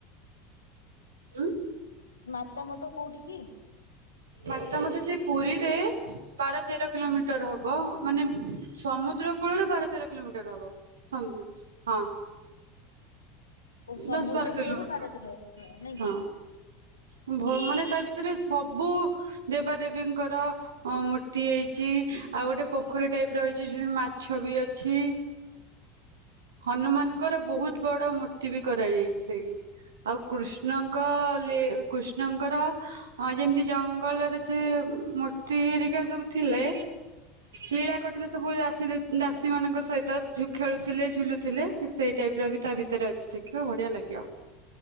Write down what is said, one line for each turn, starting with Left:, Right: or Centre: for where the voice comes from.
Right: ଉଁ।
Left: ମାତା ମଠ କୋଉଁଠି କି?
Right: ମାତା ମଠ ସେଇ ପୁରୀରେ ବାର ତେର କିଲୋମିଟର ହବ। ମାନେ ସମୁଦ୍ର କୂଳରୁ ବାର ତେର କିଲୋମିଟର ହବ <unintelligible> ହଁ।
Left: ଓ ସମୁଦ୍ର
Right: ଦଶ ବାର କିିଲୋମିଟର
Left: କୂଳରୁ ବାର କିଲୋମିଟର ନାଇଁ କି?
Right: ହଁ। ହୁଁ ଭ ମାନେ ତା ଭିତରେ ସବୁ ଦେବାଦେବୀଙ୍କର ଅ ମୂର୍ତ୍ତି ହେଇଛି ଆଉ ଗୋଟେ ପୋଖରୀ ଟାଇପ ର ରହିଛି <unintelligible> ମାଛ ବି ଅଛି। ହନୁମାନଙ୍କର ବହୁତ ବଡ ମୂ ଏଠି ବି କରାଯାଇଛି ସେଇଠି ଆଉ କୃଷ୍ଣଙ୍କ ଲୀ କୃଷ୍ଣଙ୍କର ହଁ ଯେମିତି ଜଙ୍ଗଲରେ ସେ ମୂର୍ତ୍ତି ହେରିକା ସବୁ ଥିଲେ। ଲୀଳା କରୁଥିଲେ ସବୁ ଦାସୀ ଦାସୀ ମାନଙ୍କ ସହିତ ଝୁ ଖେଳୁଥିଲେ ଝୁଲୁଥିଲେ ସେ ସେଇ ଟାଇପ ର ବି ତା ଭିତରେ ଅଛି ଦେଖିବ ବଢିଆ ଲାଗିବ।